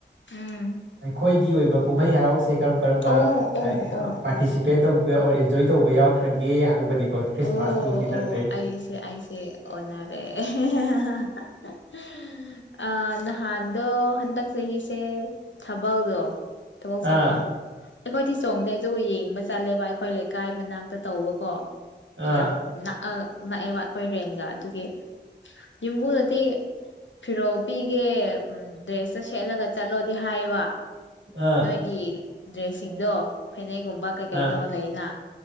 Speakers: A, on the left; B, on the right.
A: ꯎꯝ
B: ꯑꯩꯈꯣꯏꯒꯤ ꯑꯣꯏꯕ ꯀꯨꯝꯍꯩ ꯍꯔꯥꯎꯁꯦ ꯀꯔꯝ ꯀꯔꯝꯕ
A: ꯑꯣ ꯑꯣ
B: <unintelligible>
A: ꯑꯣ
B: ꯄꯥꯔꯇꯤꯁꯤꯄꯦꯠ
A: ꯑꯣ
B: ꯇꯧꯕ ꯑꯣꯔ ꯑꯦꯟꯖꯣꯏ ꯇꯧꯕ ꯌꯥꯎꯈ꯭ꯔꯒꯦ ꯍꯥꯏꯕꯗꯤꯀꯣ ꯈ꯭ꯔꯤꯁꯃꯥꯁꯀꯤꯕꯨꯗꯤ
A: ꯑꯣ ꯑꯣ
B: ꯅꯠꯇ꯭ꯔꯦ
A: ꯑꯩꯁꯦ ꯑꯩꯁꯦ ꯑꯣꯟꯅꯔꯦ <unintelligible> ꯑ ꯅꯍꯥꯟꯗꯣ ꯍꯟꯗꯛ ꯆꯍꯤꯁꯦ ꯊꯥꯕꯜꯗꯣ ꯊꯥꯕꯜ
B: ꯑꯥ
A: ꯆꯣꯡꯕ ꯑꯩꯈꯣꯏꯗꯤ ꯆꯣꯡꯗꯦ ꯑꯗꯨ ꯌꯦꯡꯕ ꯆꯠꯂꯦꯕ ꯑꯩꯈꯣꯏ ꯂꯩꯀꯥꯏ ꯃꯅꯥꯛꯇ ꯇꯧꯕꯀꯣ
B: ꯑꯥ
A: ꯌꯥꯝ ꯅꯛ ꯑ ꯅꯛꯑꯦꯕ ꯑꯩꯈꯣꯏ ꯔꯦꯟꯒ ꯑꯗꯨꯒꯤ ꯌꯨꯝꯕꯨꯗꯗꯤ ꯐꯤꯔꯣꯜ ꯄꯤꯒꯦ ꯗ꯭ꯔꯦꯁꯇ ꯁꯦꯠꯂꯒ ꯆꯠꯂꯣꯗꯤ ꯍꯥꯏꯕ
B: ꯑꯥ
A: ꯅꯣꯏꯒꯤ ꯗ꯭ꯔꯦꯁ ꯁꯤꯡꯗꯣ ꯐꯅꯦꯛꯒꯨꯝꯕ ꯀꯩ ꯀꯩꯅꯣ
B: ꯑꯥ
A: ꯂꯩꯅ